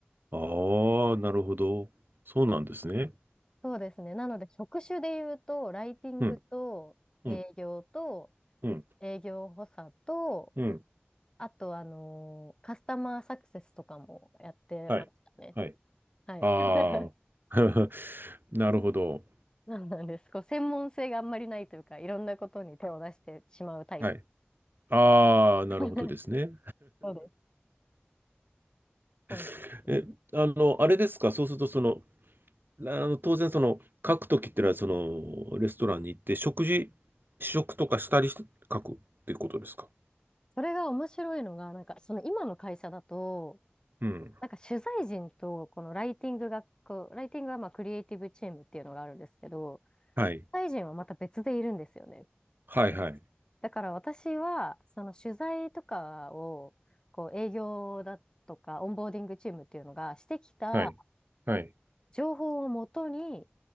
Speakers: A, on the right; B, on the left.
A: ああ、なるほど。そうなんですね。
B: そうですね。なので、職種で言うと、ライティングと営業と
A: うん。うん。うん。
B: 営業補佐と、
A: うん。
B: あと、あのカスタマーサクセスとかもやってましたね。
A: はい。はい。
B: はい。
A: ああ。
B: <laughs>
A: <laughs> なるほど。
B: そうなんです。こう、専門性があんまりないというか、いろんなことに手を出してしまうタイプ。
A: はい。ああ、なるほどですね。
B: <laughs> そうです。そうなんです。
A: <laughs> え、あの、あれですか。そうすると、その、あの、当然、その、書くときってのは、その、レストランに行って、食事、試食とかしたりして書くっていうことですか。
B: それが面白いのが、なんか、その今の会社だと、
A: うん。
B: なんか取材陣と、このライティングが、こう、ライティングはまあ、クリエイティブチームっていうのがあるんですけど、
A: はい。
B: 取材陣はまた別でいるんですよね。
A: はいはい。
B: だから私は、その取材とかを、こう、営業だとか、オンボーディングチームっていうのがしてきた
A: はい。はい。
B: 情報をもとに、